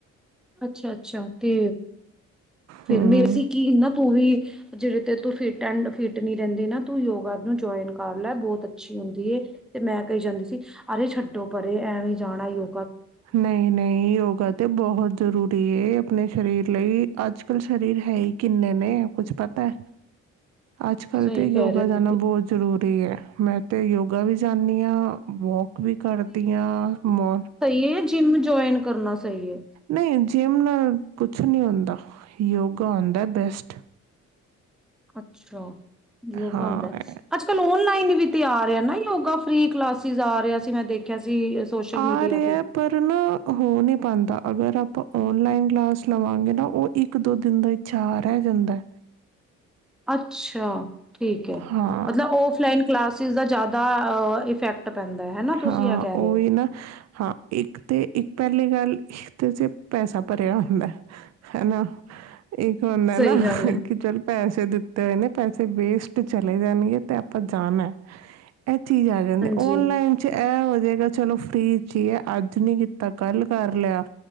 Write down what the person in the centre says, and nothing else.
ਅੱਛਾ ਅੱਛਾ ਤੇ ਫਿਰ
ਵੀ ਅਸੀਂ ਕੀ ਨਾ ਤੂੰ ਵੀ ਜਿਹੜੇ ਤੇ ਤੂੰ ਫਿਟ ਐਂਡ ਫਿਟ ਨੀ ਰਹਿੰਦੀ ਨਾ ਤੂੰ ਯੋਗਾ ਨੂੰ ਜੁਆਇਨ ਕਰ ਲੈ ਬਹੁਤ ਅੱਛੀ ਹੁੰਦੀ ਤੇ ਮੈਂ ਕਹੀ ਜਾਂਦੀ ਸੀ ਅਰੇ ਛੱਡੋ ਪਰੇ ਐਵੇਂ ਜਾਣਾ ਯੋ
ਸਹੀ
ਕਹਿ ਰਹੇ ਹੋ
ਤੁਸੀਂ
ਕਿ ਜਿੰਮ ਜੁਇਨ ਕਰਨਾ ਸਹੀ ਹੈ
ਅੱਛਾ ਜੋ
ਹੁੰਦਾ ਅੱਜ ਕੱਲ ਔਨਲਾਈਨ ਵੀ ਤੇ ਆ ਰਿਹਾ ਨਾ ਯੋਗਾ ਫਰੀ ਕਲਾਸਿਸ ਆ ਰਿਹਾ ਸੀ ਮੈਂ ਦੇਖਿਆ ਸੀ ਸੋਸ਼ਲ
ਮੀਡੀਆ
ਤੇ
ਅੱਛ ਅੱਛਾ ਠੀਕ ਹੈ
ਮਤਲਬ ਓਫ ਫਲਾਈਨ ਕਲਾਸਿਸ ਦਾ ਜ਼ਿਆਦਾ ਇਫੈਕਟ ਪੈਂਦਾ ਹੈ ਨਾ ਤੁਸੀਂ
ਇਹ ਕਹਿ ਰਹੇ
ਹੋ
ਸਹੀ
ਗੱਲ ਹੈ
ਜੀ